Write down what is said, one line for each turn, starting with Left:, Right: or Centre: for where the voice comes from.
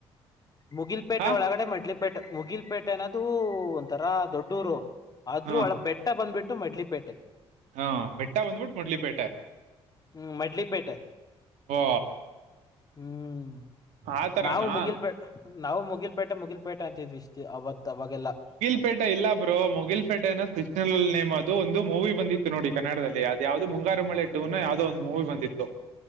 Left: ಮುಗಿಲಪೇಟೆ
Right: ಹಾ
Left: ಒಳಗಡೆ ಮಡ್ಲಿ ಮುಗಿಲ್ಪೇಟೆ ಅನ್ನೋದು ಒಂತರ ದೊಡ್ಡ ಊರು ಆದ್ರ
Right: ಹಾ
Left: ಒಳಗ ಬೆಟ್ಟ ಬಂದ್ಬಿಟ್ಟು ಮಡ್ಲಿಪೇಟೆ
Right: ಹಾ ಬೆಟ್ಟ ಬಂದ್ಬಿಟ್ಟು ಮಡ್ಲಿಪೇಟೆ
Left: ಹ್ಮ್ ಮಡ್ಲಿಪೇಟೆ
Right: ಓ
Left: ಹ್ಮ್
Right: ಆತರನಾ
Left: ನಾವು ಮುಗಿಲ್ಪೇಟ ನಾವು ಮುಗಿಲ್ಪೇಟೆ ಮುಗಿಲ್ಪೇಟೆ ಅಂತಿದ್ವಿ ಅವತ್ ಅವಾಗೆಲ್ಲಾ
Right: ಮುಗಿಲಪೇಟೆ ಇಲ್ಲ ಬ್ರೋ ಮುಗಿಲಪೇಟೆ ಅನ್ನೋದು ಸ್ಟನಲ್ಲಿ ನೇಮ ಅದು ಒಂದು ಮೂವಿ ಬಂದಿತ್ತು ನೋಡಿ ಕನ್ನಡದಲ್ಲಿ ಅದು ಯಾವದು ಮುಂಗಾರು ಮಳೆ ಟೂನ ಯಾವ್ದೋ ಒಂದ್ ಮೂವಿ ಬಂದಿತ್ತು